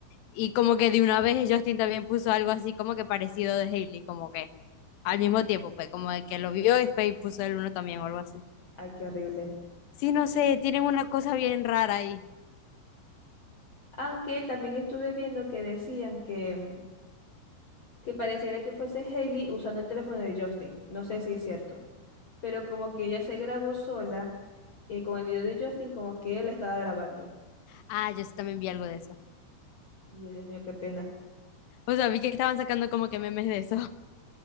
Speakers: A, on the left (about 70°); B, on the left (about 25°).
A: Y como que de una vez Justin también puso algo así como que parecido de Hailey, como que al mismo tiempo, pues, como de que lo vio y Faye puso el uno también o algo así.
B: Ay, qué horrible.
A: Sí, no sé, tienen una cosa bien rara ahí.
B: Aunque también estuve viendo que decían que, mm, que pareciera que fuese Hailey usando el teléfono de Justin. No sé si es cierto. Pero como que ella se grabó sola eh, con el video de Justin, como que él la estaba grabando.
A: Ah, yo sí también vi algo de eso.
B: Y yo, Dios mío, qué pena.
A: O sea, vi que estaban sacando como que memes de eso. <laughs>